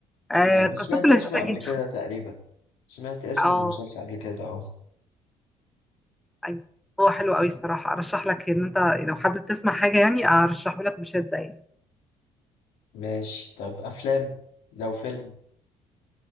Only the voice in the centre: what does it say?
آه،
قصته
لذيذة
جدا
اه
أيوة. هو حلو قوي الصراحة أرشح لك إن أنت لو حابب تسمع حاجة يعني أرشحه لك بشدة يعني